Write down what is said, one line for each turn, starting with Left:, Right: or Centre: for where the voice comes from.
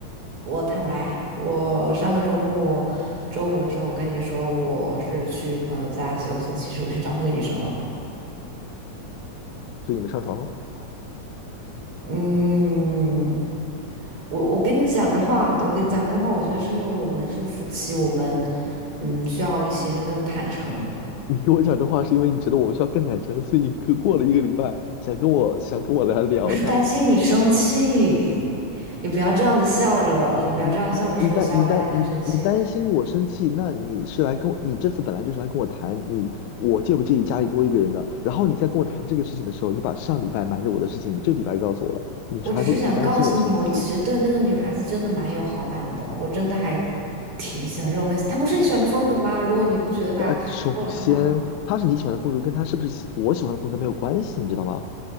Right: 我坦白，我上个周末周五的时候跟你说我是去朋友家休息，其实我去找那个女生了。
Left: 所以你们上床了？
Right: 嗯。我我跟你讲这话，我跟你讲这个话，我觉得是因为我们是夫妻，我们嗯需要一些更坦诚。
Left: <laughs> 你跟我讲这话是因为你觉得我们需要更坦诚，所以你过过了一个礼拜想跟我想跟我来聊他，
Right: 我是担心你生气，你不要这样子笑着，你不要这样笑着说。
Left: 你你你担你担你你担心我生气，
Right: 虽然我知道你很生气，
Left: 那你是来跟我，你这次本来就是来跟我谈你我介不介意家里多一个人的，然后你在跟我谈这个事情的时候，你把上礼拜瞒着我的事情这礼拜告诉我了，你还说你是担心我生气，
Right: 我只是想告诉你，我其实对那个女孩子真的蛮有好感的，我真的还挺喜欢这种类型。她不是你喜欢的风格吗？如果你不觉得她过来的话。
Left: 呃，首先他是你喜欢的风格，跟他是不是喜我喜欢的风格没有关系，你知道吗？